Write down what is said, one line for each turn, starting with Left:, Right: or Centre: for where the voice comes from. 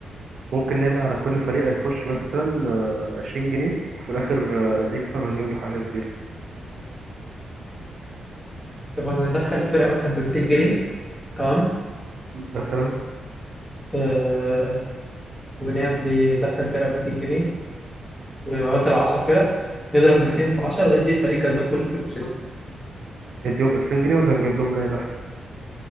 Right: ممكن نعمل على كل فريق هيخش مثلا آه، 20 جنيه وفي الاخر آه، اللي يكسب هنجيب له حاجة كبيرة
Centre: طب احنا هندخل الفرقة مثلا ب 200 جنيه تمام
Right: م- مثلا
Centre: آه، ونعمل ايه ندخل فرقه ب 200 جنيه ونبقى مثلا لو 10 فرق نضرب 200 في 10 وندي الفريق الكسبان كله فلوس
Right: نديهم 2000 جنيه ولا نجيب لهم جايزة احسن